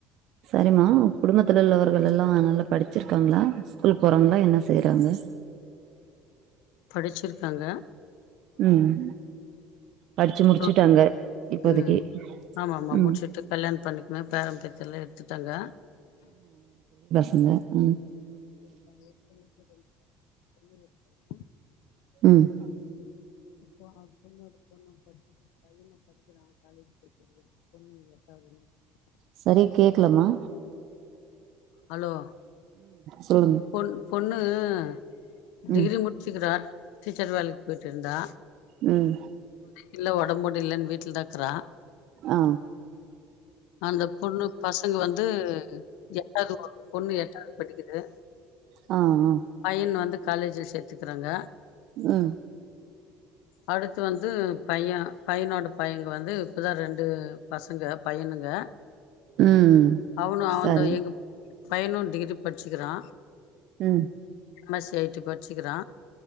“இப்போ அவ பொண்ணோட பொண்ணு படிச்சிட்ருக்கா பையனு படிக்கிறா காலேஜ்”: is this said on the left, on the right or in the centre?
Left